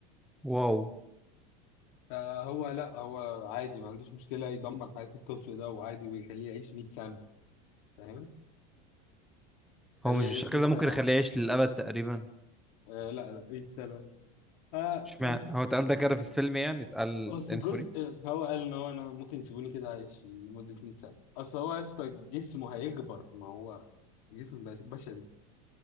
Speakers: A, in the centre; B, on the left (about 70°).
A: واو
B: فهو لا هو عادي ما عندوش مشكله يدمر حياه الطفل ده وعادي ويخليه يعيش 100 سنه فاهم خليه
A: هو مش بالشكل
B: يعيش 100
A: ده
B: سنه
A: ممكن يخليه
B: عادي.
A: يعيش للابد تقريبا
B: آه لا لا 100 سنه آه
A: اشمعنى
B: أصل
A: هو اتقال ده كده في الفيلم يعني اتقال
B: أصل
A: انفوري
B: جزء هو قال إن هو أنا ممكن يسيبوني كده عايش لمدة 100 سنة أصل هو يا اسطى جسمه هيكبر ما هو جسم بش- بشري